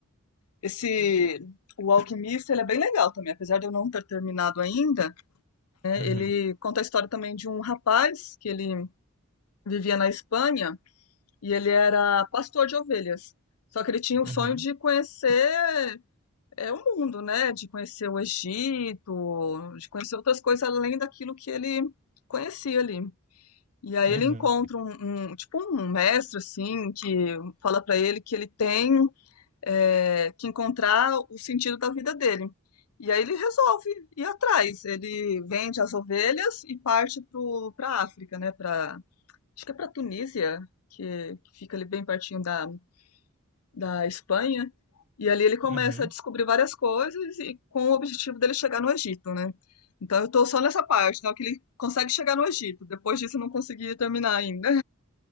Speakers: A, on the left (about 85°); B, on the right (about 35°).
A: Esse. O Alquimista, ele é bem legal também, apesar de eu não ter terminado ainda. né,
B: Uhum,
A: ele conta a história também de um rapaz que ele vivia na Espanha e ele era pastor de ovelhas. Só que ele tinha o
B: uhum,
A: sonho de conhecer é, o mundo, né? De conhecer o Egito, de conhecer outras coisas além daquilo que ele conhecia ali. E aí
B: uhum,
A: ele encontra um, um- tipo um mestre assim que fala para ele que ele tem eh, que encontrar o sentido da vida dele. E aí ele resolve ir atrás. Ele vende as ovelhas e parte para a África, né? Pra, acho que é para a Tunísia, que, que fica ali bem pertinho da, da Espanha. E ali ele começa
B: uhum.
A: a descobrir várias coisas e com o objetivo dele chegar no Egito, né? Então eu tô só nessa parte, né? Que ele consegue chegar no Egito. Depois disso eu não consegui terminar ainda.